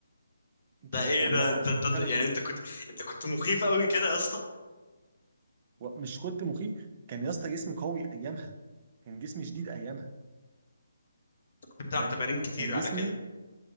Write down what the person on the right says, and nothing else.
انتوا
مت...
والله
العظيم
ثلاث
مدافعين
و- مش كنت مخيف كان يا اسطى جسمي قوي ايامها كان جسمي شديد ايامها
فاهم
كان جسمي